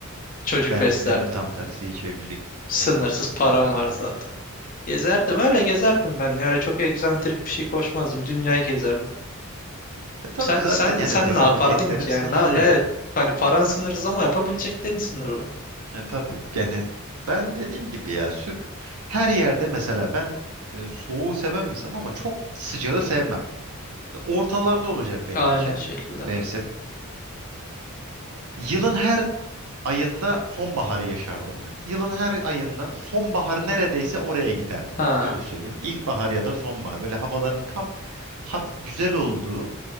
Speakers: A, on the left (about 40°); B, on the right (about 85°).
A: Çocuk
B: Ben
A: beslerdim.
B: benim tam tersi hiç evlilik
A: Sınırsız
B: olmazdı muhtemelen
A: param var zaten.
B: ya.
A: Gezerdim öyle gezerdim ben. Yani çok egzantrik bir şey koşmazdım. Dünyayı gezerdim.
B: E tabii
A: Sen
B: zaten
A: sen
B: yani
A: sen
B: yapabileceklerin
A: ne yapardın ki
B: sınırlı.
A: yani? Ne, ya evet hani paran sınırsız ama yapabileceklerin sınırlı.
B: E tabii yani ben dediğim gibi ya sürk her yerde mesela ben e, soğuğu seven bir insanım ama çok sıcağı sevmem. Şimdi ortalarda olacak benim
A: Aynen
B: için
A: şekilde.
B: mevsim. Yılın her ayında sonbaharı yaşardım ben. Yılın her ayında sonbahar neredeyse oraya giderdim.
A: Ha.
B: Öyle söyleyeyim. İlkbahar ya da sonbahar. Böyle havaların tam hafif güzel olduğu,